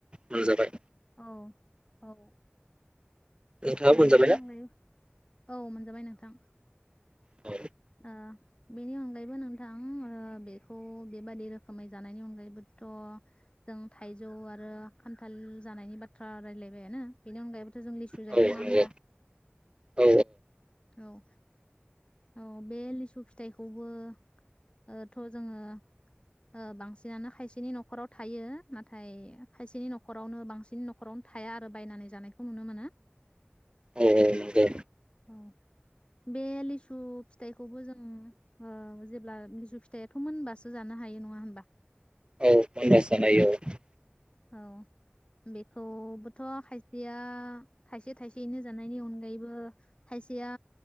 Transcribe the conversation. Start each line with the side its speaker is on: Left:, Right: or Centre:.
Right: मोनजाबाय।
Left: औ औ।
Right: नोंथाङा मोनजाबायना?
Left: बेनि अनगायै औ मोनजाबाय नोंथां।
Right: औ
Left: ओ बेनि अनगायैबो नोंथां ओ बेखौ बेबादि रोखोमै जानायनि अनगायैबोथ' जों थाइजौ आरो खान्थाल जानायनि बाथ्रा रायलायबायानो बेनि अनगायैबोथ' जों लिसु
Right: औ
Left: जायो नङा
Right: नंगौ
Left: होमबा,
Right: औ
Left: औ। औ बे लिसु फिथाइखौबो ओथ' जोङो ओ बांसिनानो खायसेनि न'खराव थायो नाथाय खायसेनि न'खरावनो बांसिन न'खरावनो थाया आरो बायनानै जानायखौ नुनो मोनो।
Right: औ नंगौ
Left: औ बे लिसु फिथाइखौबो जों ओ जेब्ला लिसु फिथाइयाथ' मोनबासो जानो हायो नङा होनबा?
Right: औ मोनबासो जानो हायो औ।
Left: औ बेखौबोथ' खायसेया थाइसे थाइसेयैनो जानायनि अनगायैबो खायसेया